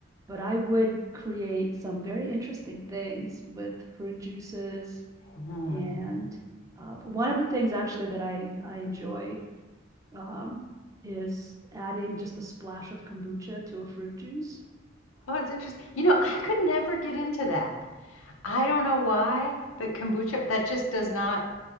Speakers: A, on the right (about 15°); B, on the left (about 85°).
A: but I would create some very interesting things with fruit juices
B: mm.
A: and uh, one of the things actually that I I enjoy um is adding just a splash of kombucha to a fruit juice.
B: Oh, it's interesting. You know, I could never get into that. I don't know why, but kombucha that just does not